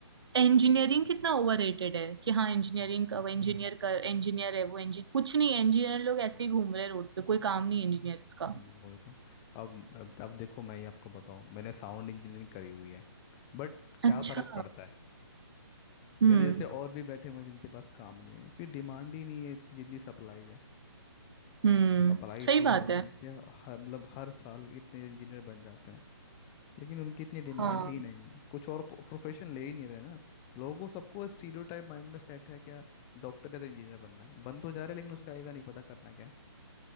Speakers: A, on the right; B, on the left.
A: इंजीनियरिंग कितना ओवररेटेड है कि हाँ इंजीनियरिंग
B: हम्म
A: का वो इंजीनियर कर इंजीनियर है वो इंजीनियर कुछ नहीं इंजीनियर लोग ऐसे ही घूम रहे हैं रोड पे कोई काम नहीं
B: हम्म।
A: इंजीनियर्स का
B: हम्म, वही तो अब अब अब देखो मैं ही आपको बताऊं मैंने साउंड इंजीनियरिंग करी हुई है बट क्या
A: अच्छा
B: फ़र्क पड़ता है
A: हम्म
B: मेरे जैसे और भी बैठे हुए हैं जिनके पास काम नहीं है क्योंकि डिमांड ही नहीं है इतनी- जितनी सप्लाई है
A: हम्म
B: सप्लाई इतनी
A: सही
B: ज़्यादा
A: बात है
B: है कि हर मतलब हर साल इतने इंजीनियर बन जाते हैं लेकिन उनकी इतनी डिमांड
A: हाँ
B: ही नहीं है कुछ और प्रोफेशन ले ही नहीं रहे ना लोगों को सबको स्टीरियोटाइप माइंड में सेट है क्या डॉक्टर या तो इंजीनियर बनना है बन तो जा रहे हैं, लेकिन उससे आएगा नहीं पता करना क्या है